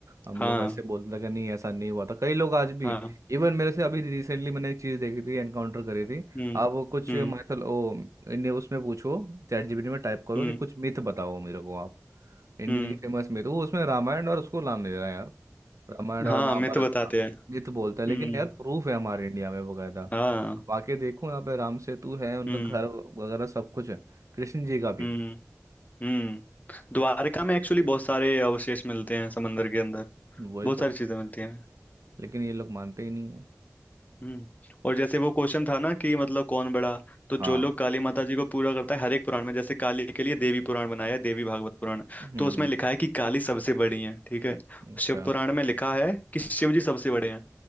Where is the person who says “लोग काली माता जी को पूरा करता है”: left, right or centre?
Left